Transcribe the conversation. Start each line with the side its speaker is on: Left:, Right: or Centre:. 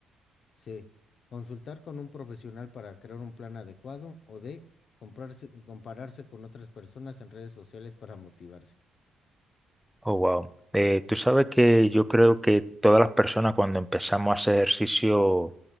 Left: C, consultar con un profesional para crear un plan adecuado. O D, comprarse- compararse con otras personas en redes sociales <laughs> para motivarse.
Centre: Oh, wow. Eh, tú sabes que yo creo que todas las personas cuando empezamos a hacer ejercicio